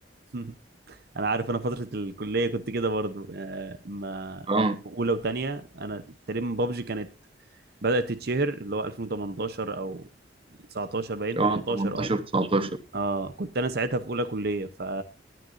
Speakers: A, on the right; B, on the right.
A: <laughs> انا عارف انا فتره الكليه كنت كده برضو آه، ما
B: أه
A: اولى وتانية انا تقريبا بابجي كانت بدأت تتشهر اللي هو 2018 او 19 باين
B: أه
A: 18
B: 18
A: اه
B: 19
A: اه كنت انا ساعتها في اولى كلية ف